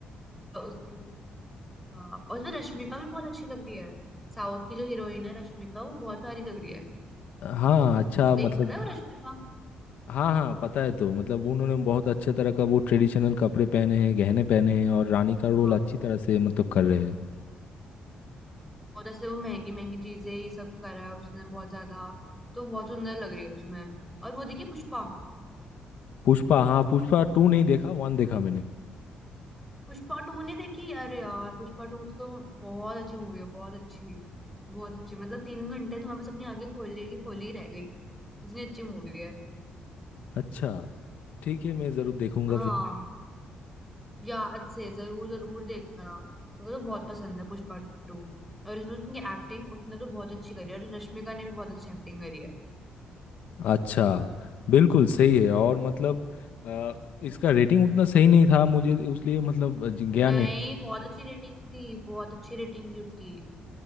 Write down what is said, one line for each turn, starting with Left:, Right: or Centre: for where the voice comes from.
Centre: उसमें हाँ, और उसमें रश्मिका भी बहुत अच्छी लग रही है साउथ की जो हीरोइन है रश्मिका वो बहुत प्यारी लग रही है
Left: हाँ अच्छा
Centre: देख
Left: मतलब
Centre: पता है वो रश्मिका
Left: हाँ हाँ पता है तो मतलब उन्होंने बहुत अच्छे तरह का वो ट्रेडिशनल कपड़े पहने हैं गहने पहने हैं और रानी का रोल
Centre: हाँ
Left: अच्छी तरह से मतलब कर रहे हैं
Centre: और जैसे वो महंगी महंगी चीजें ये सब करा है उसने बहुत ज्यादा तो बहुत सुंदर लग रही है उसमें और वो देखिए पुष्पा
Left: पुष्पा हाँ पुष्पा टू नहीं देखा वन देखा मैंने
Centre: पुष्पा टू नहीं देखी अरे यार पुष्पा टू तो बहुत अच्छी मूवी है बहुत अच्छी बहुत अच्छी मतलब तीन घंटे तुम्हारे पास अपनी आंखें खोलने की खोली ही रह गई इतनी अच्छी मूवी है
Left: अच्छा ठीक है मैं ज़रूर देखूंगा
Centre: हाँ
Left: फिर
Centre: याद से जरूर जरूर देखना मेरे को तो बहुत पसंद है पुष्पा टू और इसमें उसकी एक्टिंग उसने तो बहुत अच्छी करी है और रश्मिका ने भी बहुत अच्छी एक्टिंग करी है
Left: अच्छा बिल्कुल सही है और मतलब अ, इसका रेटिंग उतना सही नहीं था मुझे उसलिए मतलब ज- गया
Centre: नहीं
Left: नहीं
Centre: बहुत अच्छी रेटिंग थी बहुत अच्छी रेटिंग थी उसकी